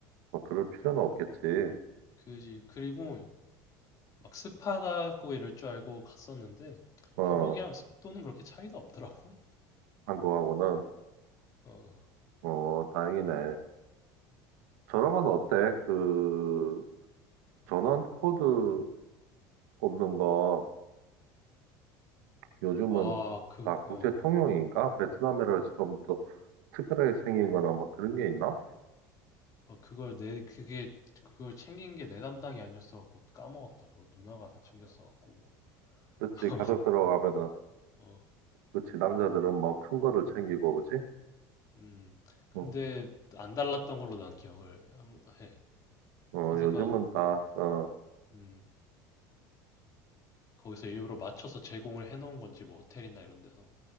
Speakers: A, on the right; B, on the left.
A: 뭐 그럴 필요는 없겠지.
B: 그지. 그리고 막 습하다고 이럴 줄 알고 갔었는데
A: 어.
B: 한국이랑 습도는 그렇게 차이도 없더라고.
A: 한국하고는
B: <laughs> 어.
A: 어, 다행이네. 저런 건 어때? 그, 전원 코드 꼽는 거 요즘은
B: 아, 그,
A: 막 국제
B: 어.
A: 통용인가? 베트남이라 해서 좀 더 특별하게 생긴 거나 뭐 그런 게 있나?
B: 어, 그걸 내 그게 그걸 챙긴 게 내 담당이 아니었어 갖고 까먹었다. 그거 누나가 다 챙겼어 갖고.
A: 그치,
B: <laughs>
A: 가족 들어가면은,
B: 어.
A: 그치, 남자들은 뭐 큰 거를 챙기고, 그치?
B: 음. 근데
A: 응.
B: 안 달랐던 걸로 난 기억을 한- 해.
A: 어,
B: 코드가
A: 요즘은 다, 어,
B: 음. 거기서 일부러 맞춰서 제공을 해놓은 건지 뭐 호텔이나 이런 데서